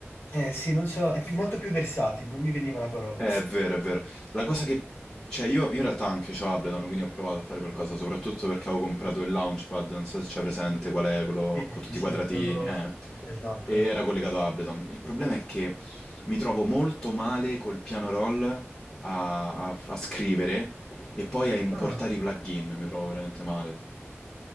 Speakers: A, on the left; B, on the left.
A: eh, sì, non so, è più- molto più versatile, non mi veniva la parola.
B: Eh, È vero, è vero. La cosa che... Cioè, io in realtà anche c'ho Ableton, quindi ho provato a fare qualcosa, soprattutto perché avevo comprato il Launchpad, non so se c'è presente qual è quello
A: Sì, sì,
B: con tutti
A: sì,
B: i quadratini,
A: no, non ho-
B: eh.
A: Esatto.
B: E era
A: eh.
B: collegato a Ableton. Il problema è che mi trovo molto male col piano roll a, a- a scrivere e poi a importare
A: Ah,
B: i plugin, mi trovo veramente male.